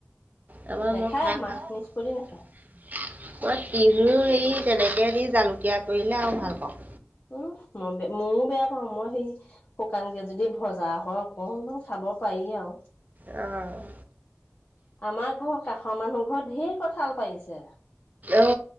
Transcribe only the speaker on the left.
নেখায়
আমাৰ
নিষ্পত্তি
নাখায়
উম, মই বে ময়ো বেয়া পাওঁ। মই সেই শুকানকে, যদি ভজা হয়, অকণমান খাম। অ, পাৰি আৰু
আমাৰ ঘৰৰ কাষৰ মানুহ ঘৰত ধেৰ কঠাল পাৰিছে।